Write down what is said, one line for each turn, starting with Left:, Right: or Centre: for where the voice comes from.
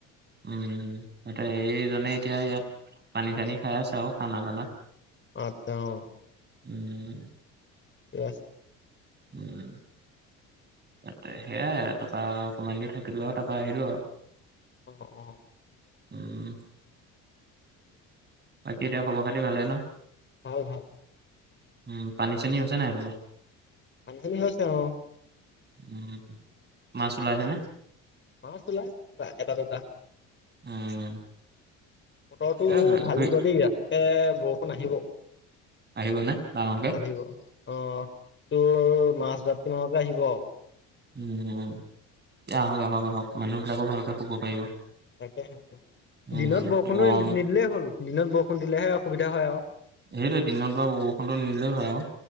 Right: উম তাতে এইজনে এতিয়া ইয়াত পানী চানী খাই আছে আৰু খানা দানাত
Left: আছা অ
Right: উম।
Left: থিক আছে
Right: উম ত সেইয়াই তাৰপৰা অকমান দি থাকিলো আৰু তাৰপৰা আহিলো আৰু
Left: অ অ
Right: উম বাকী এতিয়া খবৰ খাতি ভালে ন?
Left: <unintelligible>
Right: উম, পানী চানী হৈছে নে সেইফালে।
Left: <unintelligible> হৈছে অ'।
Right: উম। মাছ ওলাইছেনে,
Left: মাছ ওলাইছে এটা দুটা
Right: উম,
Left: বতৰটো
Right: ঠিকে আছে
Left: ঢালিব
Right: ধুই
Left: দেই, ৰাতিকে বৰষুণ আহিব।
Right: আহিবনে, ডাঙৰকে?
Left: আহিব অ', তোৰ মাজৰাতি মানকে আহিব আৰু।
Right: উম, আহক আহক আহক মানুহবিলাকো ভালকে শুব পাৰিব।
Left: তাকে,
Right: উম
Left: দিনত বৰষুণো
Right: গৰম
Left: নিদিলেই হ'ল দিনত বৰষুণ দিলেহে অসুবিধা হয় আউ।
Right: সেইটোৱে দিনত বা বৰষুণটো নিদিলে হয় আউ,